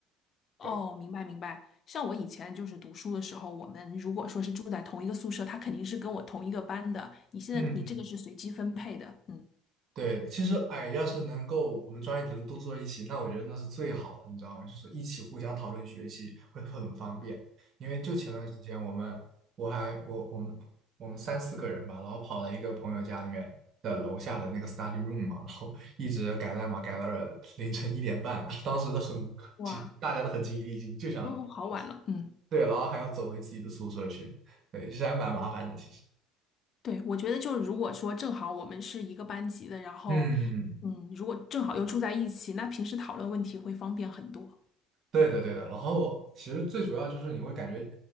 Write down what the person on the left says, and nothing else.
哦，
明白明白。像我以前就是读书的时候，我们如果说是住在同一个宿舍，他肯定是跟我同一个班的。你现在你这个是随机分配的，
嗯，
哇，
都好晚了，嗯，
对，我觉得就是如果说正好我们是一个班级的，然后
嗯，如果正好又住在一起，那平时讨论问题会方便很多。